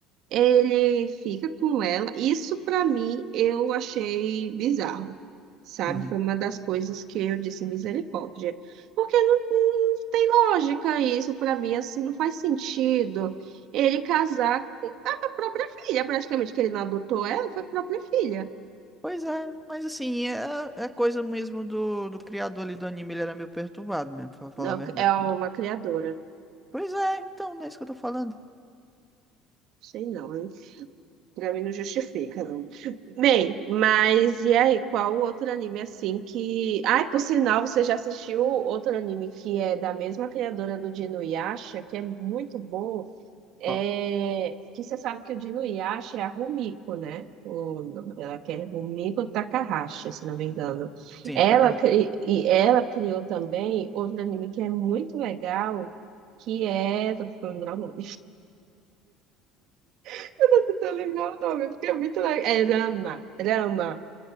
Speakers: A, on the right; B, in the centre.
A: Ele fica com ela. Isso pra mim eu achei bizarro, sabe?
B: Uhum.
A: Foi uma das coisas que eu disse misericórdia, porque não, não tem lógica isso pra mim, assim não faz sentido. Ele casar com a própria filha, praticamente que ele não adotou ela, foi a própria filha.
B: Pois é, mas assim, é, é coisa mesmo do, do criador ali do anime, ele era meio perturbado mesmo, pra falar
A: Não,
B: a verdade.
A: é uma
B: né?
A: criadora.
B: Pois é, então, não é isso que eu tô falando.
A: Sei não, Pra mim não justifica, não. Bem, mas e aí, qual o outro anime assim que. Ai, por sinal, você já assistiu outro anime que é da mesma criadora do Dino Yasha, que é muito bom.
B: Qual?
A: É... Que você sabe que o Dino Yasha é a Rumiko, né? O nome dela que é Rumiko Takahashi, se não me engano.
B: Sim,
A: Ela,
B: é Takahata.
A: cri- e ela criou também outro anime que é muito legal, que é. Tô falando o nome. <laughs> Eu Tô lembrando o nome, porque é muito legal. É Rama, Rama.